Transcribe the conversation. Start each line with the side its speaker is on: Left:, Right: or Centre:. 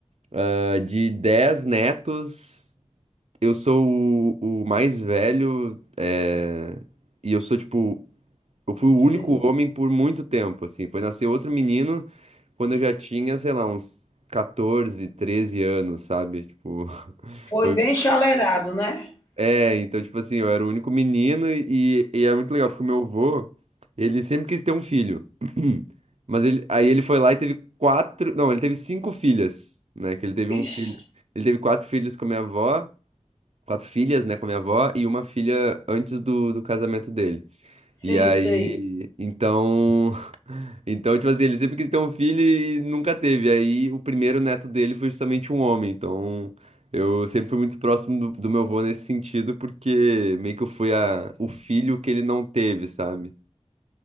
Right: ah, de dez netos, eu sou o, o mais velho, eh, e eu sou tipo eu fui o
Left: sim.
Right: único homem por muito tempo, assim. Foi nascer outro menino quando eu já tinha, sei lá, uns 14 13 anos, sabe? Tipo, <laughs>
Left: Foi
Right: foi.
Left: bem chalerado, né?
Right: É, então, tipo assim, eu era o único menino e, e era muito legal, porque o meu avô, ele sempre quis ter um filho. <clears throat> Mas ele, aí ele foi lá e teve quatro. Não, ele teve cinco filhas, né? Que ele teve um
Left: Ixi,
Right: filho. Ele teve quatro filhos com a minha avó, quatro filhas, né, com a minha avó, e uma filha antes do, do casamento dele.
Left: sim,
Right: E aí,
Left: sei.
Right: então. Então, tipo assim, ele sempre quis ter um filho e nunca teve. Aí o primeiro neto dele foi justamente um homem. Então, eu sempre fui muito próximo do, do meu avô nesse sentido, porque meio que eu fui a, o filho que ele não teve, sabe?